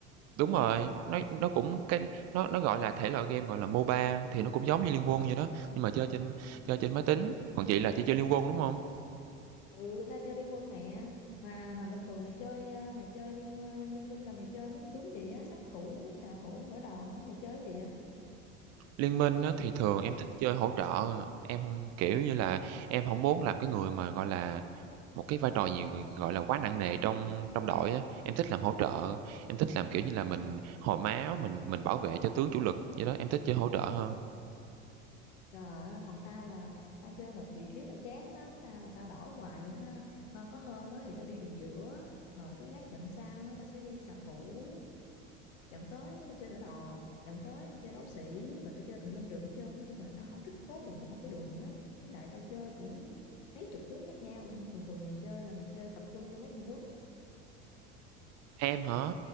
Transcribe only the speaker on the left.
ừ ta chơi liên quân nè mà mà bình thường mày chơi ờ, mày chơi liên ờ, liên minh là mày chơi mấy con tướng gì á sát thủ xạ thủ đỡ đòn á mày chơi cái gì vậy
Trời ơi, còn tao là tao chơi một vị trí tao chán lắm, tao là tao đổi hoài luôn ha. Hơ, có hôm á thì tao đi đường giữa, rồi cái lát trận sau á, tao sẽ đi xạ thủ, trận tới cái tao chơi đỡ đòn, trận tới tao chơi đấu sĩ, rồi tao chơi tùm lum đường hết trơn. Nói chung là tao không thích cố định ở một cái đường á. Với lại tao chơi cũng mấy chục tướng khác nhau lận. Thường thường mày chơi là mày chơi tập trung vô mấy con tướng.